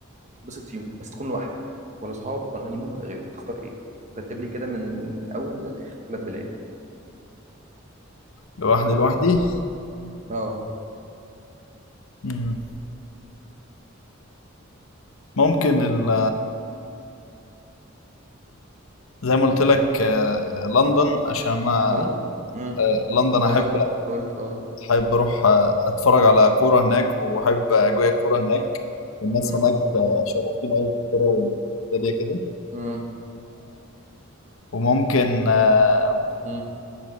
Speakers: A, on the right; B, on the left.
A: تتبسط فيهم بس تكون لوحدك ولا أصحاب ولا هنيمون ولا غيره تختار إيه؟ رتب لي كده من ال- من الأول للآخر ثلاث بلاد
B: لوحدي لوحدي
A: اه
B: مم. ممكن ال زي ما قلت لك آه، لندن عشان انا
A: أنا ممكن مم.
B: آه، لندن
A: زي
B: احب
A: ما أنت قلت اه
B: احب اروح آه، اتفرج على كوره هناك واحب اجواء الكوره هناك الناس
A: مم.
B: هناك آه، شغوفين قوي بالكوره والدنيا كده
A: مم.
B: وممكن آه،
A: مم.